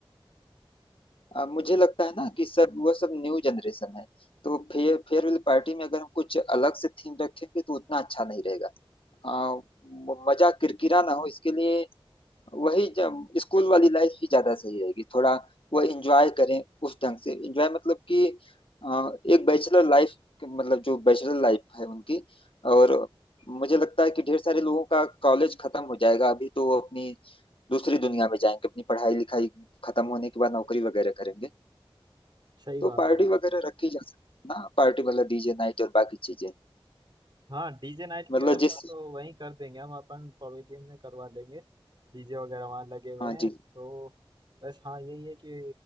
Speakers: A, on the left; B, on the right.
A: अ, मुझे लगता है ना कि सब वो सब न्यू जनरेशन है तो फे, फेयरवेल पार्टी में अगर हम कुछ अलग से थीम रखेंगे तो उतना अच्छा नहीं रहेगा अ, म- मजा किरकिरा ना हो इसके लिए वही जब स्कूल वाली लाइफ ही ज्यादा सही रहेगी थोड़ा वो एंजॉय करें उस ढंग से एंजॉय मतलब कि अ, एक बैचलर लाइफ मतलब जो बैचलर लाइफ है उनकी और मुझे लगता है कि ढेर सारे लोगों का कॉलेज खत्म हो जाएगा अभी तो वो अपनी दूसरी दुनिया में जाएंगे अपनी पढ़ाई लिखाई खत्म होने के बाद नौकरी वगैरह करेंगे
B: सही बात
A: तो पार्टी
B: है
A: वगैरह रखी जा सकती है ना पार्टी मतलब डीजे नाइट और बाकी चीजें
B: हाँ डीजे नाइट
A: मतलब
B: की व्यवस्था
A: जिस
B: तो वहीं कर देंगे हम अपन पवेलियन में करवा लेंगे डीजे वगैरह वहाँ लगे हुए
A: हाँ
B: हैं
A: जी
B: तो बस हाँ यही है कि